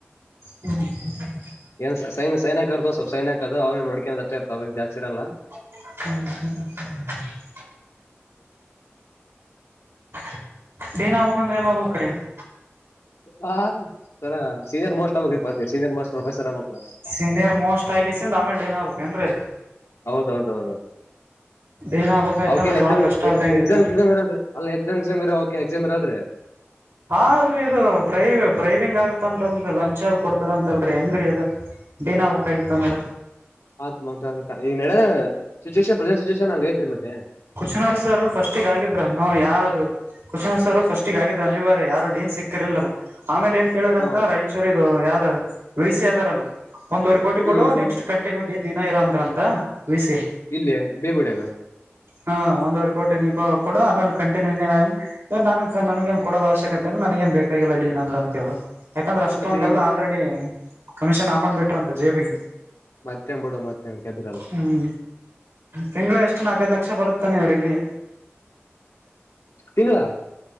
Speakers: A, on the right; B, on the left.
A: <unintelligible>
B: ಏನ್ ಸೈನ್ ಸೈನ್ ಹಾಕೋದ ಇರ್ತದ ಸರ್ ಸೈನ್ ಹಾಕುದ ಅವ್ರ ನೋಡ್ಕೊಳುದ ಅಷ್ಟ ಇರ್ತವ ಜಾಸ್ತಿರಲ್ಲ
A: <unintelligible> <inaudible>
B: ಹ ಸರ ಸೀನಿಯರ್ ಮೋಸ್ಟ್ ಆಗಬೇಕ್ರಿಪಾ ಅಂದೆ ಸೀನಿಯರ್ ಮೋಸ್ಟ್ ಪ್ರೊಫೆಸರ್ ಆಗ್ಬೇಕು
A: ಸೀನಿಯರ್ ಮೋಸ್ಟ್ ಆಗಿಿಸಿ ಅಂದ ಆಮೇ ಏನ್ ಹಗ್ಬೇಕುೇನ್ರಿ
B: ಹೌದೌದೌದು
A: ಡೀನ್ ಆಗ್ಬೇಕಾಯ್ತ
B: ಅವಕೇನ್
A: ಅಂದ್ರ
B: ಎಕ್ಸಾಮ್
A: ಬಾಳ ಕಷ್ಟ ಆದ್ರೆ ಹೆಂಗಿತ್ತು
B: ಎಕ್ಸಾಮ್ ಎಕ್ಸಾಮ್ ರನ್್ರೀ ಅಲ್ಲ ಎಕ್ಸಾಮ ಎಕ್ಸಾಮ ಇರ ಓೆ ಎಕ್ಸಾಮ ಇರಲ್ರಿ
A: ಆದ್ರಿ ಇದು ಬ್ರೈವ್ ಬ್ರೈವಿಂಗ್ ಆಗತ ಅಂತಲ್ೀ ಲಂಚ್ ಅದ್ ಕೊಡ್ತಾರ ಅಂತಲ್ರರಿ ಹೆಂಗ್ರೀ ಇದು ೇನ್ ಆಗ್ಬೇಕಕ್ಾಗಿತ್ತು ಅಂದ್ರ
B: ಆತ್ ಮ ಈ ನೆದ ಸಿಚುೇಷನ್ ಪ್ರೆಸೆಂಟ್ ಸಿಚುಯೇಷನ್ ಹಂಗ ಐತ್ರಿ ಮತ್ತೆ
A: ಕುಚನೋರ್ ಸಾರು ಫಸ್ಟಗ ಆಗಿದ್ರ ಅನ್ನುೋ ಯಾವ್ದು ಕುಚನೋ್ ಸಾರು ಫಸ್ಟಗ ಆಗಿದ್ರ ನೀವ ಯಾರು ಡನ್ ಸಿಕ್ಕಿರ್ಲಿಲ್ಲಾ ಆಮೇಲೆ ಏನ್ ಕೇಳ್ರ
B: ಹಾ
A: ಅಂತ ರಾಯಚೂರು ಇದು ಯಾರು ವಿ ಸಿ ಅದಾರಲ್ಲ ಒಂದುವವರೆ ಕೋಟಿ ಕೊಡು
B: ಹ್ಮ್ ಹ್ಮ್
A: ನೆಕ್ಸ್ಟ್
B: ಹ್ಮ್
A: ಕಂಟಿನ್ಯೂಟಿಿನ ಇರ ಅಂದ್ರಂತ ವಿ ಸಿ
B: ಇಲ್ಲಯ ಬೇಗುಡ್ಯಗ
A: ಹ ಒಂದೂವರೆ ಕೋಟಿ ನೀ ಕೊಡ ಆಮೇಲೆ ಕಂಟಿನ್ಯೂ ಇ ನನ್ ನನಗ ನ್ ಕೊಡೋದ ಅವಶ್ಯಕತೆ ಇಲ್ಲ ನನಗ ಏ ಬೇಕಾಗಿಲ್ಲ ಡಿಏನಂದ್ರ ಅಂತವರು ಯಾಕಂದ್ರೆ ಅಷ್ಟೊಂದೆಲ್ಲ
B: ಮತ್ತೆ ಈಗ
A: ಅ ಆಲ್ರೆಡಿ ಕಮಿಷನ್ ಹಕೊಂಡ್ ಬಿಟ್ರ ಅಂತ ಜೆಬಿಗೆ
B: ಮತ್ತೇ್ ಬಿಡ ಮತ್ತೆ ಕೆದ್ರಲ್
A: ಹ್ಮ್ ತಿಂಗಳ ಎಷ್ಟು ನಾಲ್ಕೈದು ಲಕ್ಷ ಬರುತ್ತಾನೆ ಇವ್ರರಿಗೆ
B: ತಿಂಗಳಾ